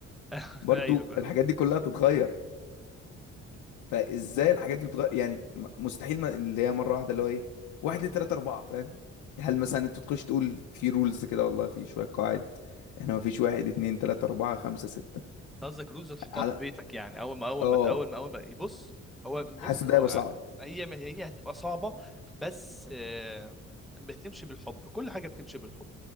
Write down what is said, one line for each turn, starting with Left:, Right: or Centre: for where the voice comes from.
Centre: <laughs>
Left: برضو
Centre: ايوه فاهمك
Left: الحاجات دي كلها تتغير فازاي الحاجات دي بتغير يعني م- مستحيل ما اللي هي مره واحده اللي هو ايه واحد اتنين تلاته اربعه فاهم هل مثلا انت تخش تقول في رولز كده والله في شويه قواعد احنا ما فيش واحد اتنين تلاته اربعه خمسه سته
Centre: قصدك رولز تحطها
Left: على
Centre: في بيتك يعني اول ما اول
Left: اه
Centre: ما اول ما اول ما بص هو بص
Left: حاسس ان
Centre: هو
Left: ده هيبقى صعب
Centre: هي هي هتبقى صعبه بس آه، بتمشي بالحب كل حاجه بتمشي بالحب